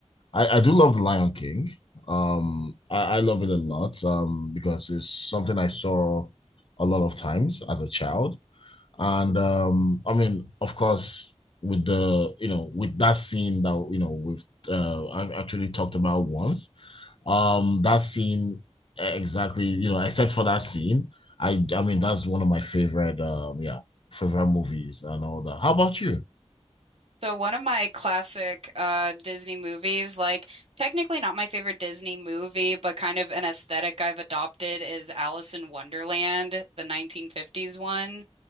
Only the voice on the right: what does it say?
So, one of my classic uh, Disney movies, like technically not my favorite Disney movie, but kind of an aesthetic I've adopted is Alice in Wonderland, the 1950s one.